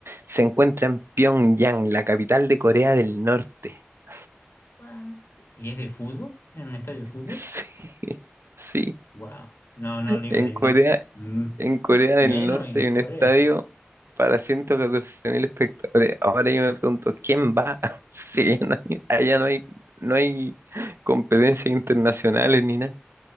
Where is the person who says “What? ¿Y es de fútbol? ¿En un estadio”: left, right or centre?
Left